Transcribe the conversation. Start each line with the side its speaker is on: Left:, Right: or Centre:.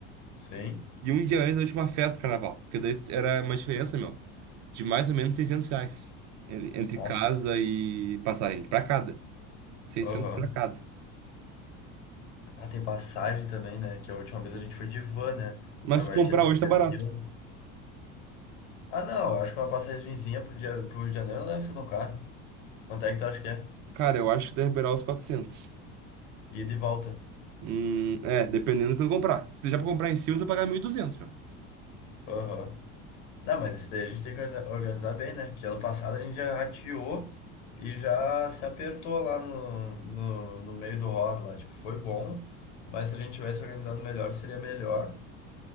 Left: sim.
Right: E um dia antes da última festa do carnaval. Porque daí era uma diferença, meu, de mais ou menos 600 reais en- entre
Left: Nossa.
Right: casa e passagem, pra cada. seiscentos
Left: Aham.
Right: pra cada.
Left: Ah, tem passagem também, né? Que a última vez a gente foi de van, né?
Right: Mas
Left: Agora
Right: se comprar
Left: a gente vai ter
Right: hoje
Left: que ir
Right: tá
Left: de
Right: barato.
Left: avião. Ah, não. Acho que uma passagenzinha pro dia, pro Rio de Janeiro não deve ser tão caro. Quanto é que tu acha que é?
Right: Cara, eu acho que deve beirar os quatrocentos
Left: Ida e volta.
Right: Hum, é, dependendo do que eu comprar. Se já pra comprar em cima, tu vai pagar 1.200, meu.
Left: Aham. Não, mas isso daí a gente tem que organiza- organizar bem, né? Que ano passado a gente já rateou e já se apertou lá no, no, no meio do rosa lá. Tipo, foi bom, mas se a gente tivesse organizado melhor, seria melhor.